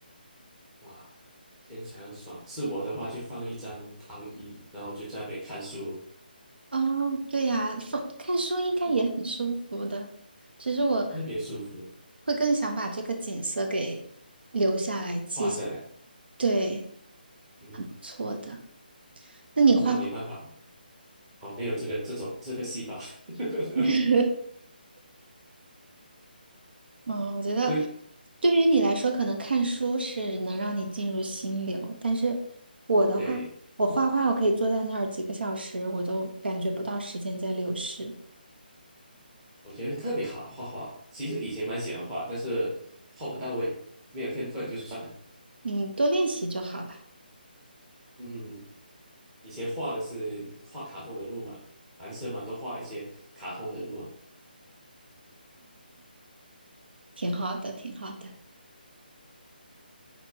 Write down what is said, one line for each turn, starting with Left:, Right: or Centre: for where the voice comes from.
Centre: 哇，听起来很爽。是我的话就放一张躺椅，然后就在那边看书，
Right: 哦，对呀，放看书应该也很舒服的，
Centre: 嗯，
Right: 只是我
Centre: 特别舒服，
Right: 会更想把这个景色给留下来记下
Centre: 画下来。
Right: 对，
Centre: 嗯。
Right: 很不错的。那你画画，
Centre: 那没办法，我没有这个这种这个细胞。<laughs>
Right: <laughs> 嗯，我觉得
Centre: 对
Right: 对于你来说，可能看书是能让你进入心流，但是我的话，
Centre: 对，
Right: 我画画，我可以坐在那儿几个小时，我都感觉不到时间在流逝。
Centre: 我觉得特别好画画。其实以前蛮喜欢画，但是画不到位，没有天分就算了。
Right: 嗯，多练习就好了，
Centre: 嗯，嗯以前画的是画卡通人物嘛，男生嘛都画一些卡通人物啊。
Right: 挺好的，挺好的。